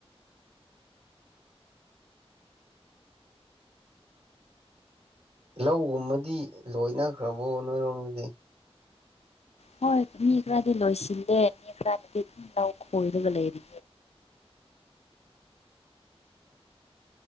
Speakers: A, on the right; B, on the left.
A: ꯂꯧꯒꯨꯝꯕꯗꯤ ꯂꯣꯏꯅꯈ꯭ꯔꯕꯣ ꯅꯣꯏꯔꯣꯝꯗꯗꯤ
B: ꯍꯣꯏ ꯃꯤ ꯈꯔꯗꯤ ꯂꯣꯏꯁꯤꯜꯂꯦ ꯃꯤ ꯈꯔꯕꯨꯗꯤ ꯗꯨꯝ ꯂꯧ ꯈꯣꯏꯔꯒ ꯂꯩꯔꯤ